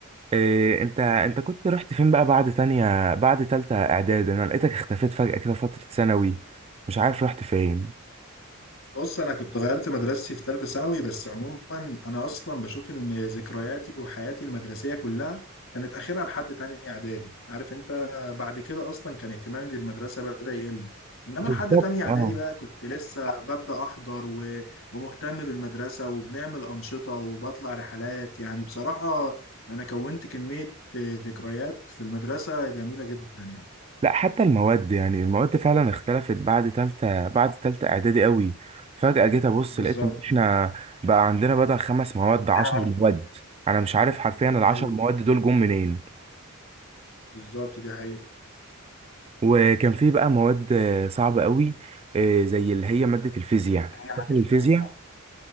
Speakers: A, on the right; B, on the left.
A: إيه انت انت كنت رحت فين بقى بعد تانية بعد تالتة اعداد انا لقيتك اختفيت فجأة كده فترة ثانوي مش عارف رحت فين
B: بص انا كنت غيرت مدرستي في ثالثه ثانوي بس عموما انا اصلا بشوف ان ذكرياتي وحياتي المدرسيه كلها كانت اخرها لحد تانية اعدادي عارف انت بعد كده اصلا كان اهتمامي بالمدرسه بدا يقل انما
A: بالظبط
B: لحد تانية اعدادي
A: اه
B: بقى كنت لسه ببدا احضر و... ومهتم بالمدرسه وبنعمل انشطه وبطلع رحلات يعني بصراحه انا كونت كميه ذكريات في المدرسه جميله جدا يعني
A: لا حتى المواد يعني المواد فعلا اختلفت بعد تالتة بعد تالتة اعدادي قوي فجأة جيت ابص
B: بالظبط
A: لقيت ان احنا بقى عندنا بدل خمس مواد
B: دي
A: عشر
B: انا بقى
A: مواد انا مش عارف حرفيا العشر
B: ايوه
A: مواد دول جم منين
B: بالظبط دي حقيقة
A: وكان في بقى مواد آه، صعبة قوي آه، زي اللي هي مادة الفيزياء
B: هي
A: فاكر
B: ماده
A: الفيزياء
B: الفيزياء